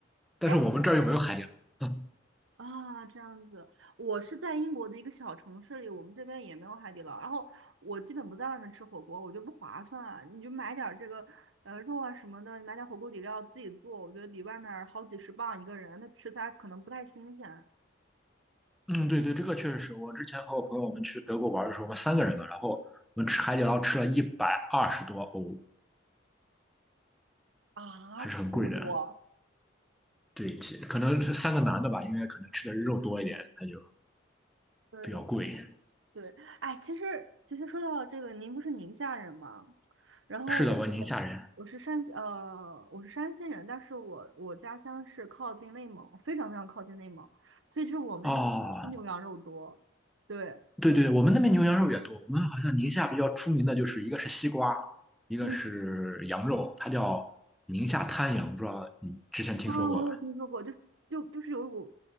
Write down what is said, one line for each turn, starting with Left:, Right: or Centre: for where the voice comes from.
Centre: 但是我们这儿又没有海底捞。
Right: 哎
Centre: 嗯
Right: 啊，这样子，我是在英国的一个小城市里，我们这边也没有海底捞，然后我基本不在外面吃火锅，我觉得不划算，你就买点儿这个呃肉啊什么的，你买点儿火锅底料自己做，我觉得比外面儿好几十磅一个人，他食材可能不太新鲜。
Centre: 嗯，对对，这个确实是我之前和我朋友我们去德国玩的时候，我们三个人嘛，然后我们吃海底捞吃了一百二十多欧，
Right: 啊，
Centre: 还是很贵的。
Right: 这么多，
Centre: 对，可能是三个男的吧，因为可能吃的肉多一点，他就
Right: 对对
Centre: 比较贵。
Right: 对，哎，其实其实说到这个，您不是宁夏人吗？然后我
Centre: 是的，我宁夏人。
Right: 我是山呃我是山西人，但是我我家乡是靠近内蒙，非常非常靠近内蒙，所以就是我们那头吃牛羊肉多，
Centre: 哦，
Right: 对，
Centre: 对对，我们那边牛羊肉也多。我们好像宁夏比较出名的就是一个是西瓜，一个是羊肉，
Right: 嗯，
Centre: 它叫宁夏滩羊，不知道你之前听说过
Right: 啊，我有听说过，就就就是有股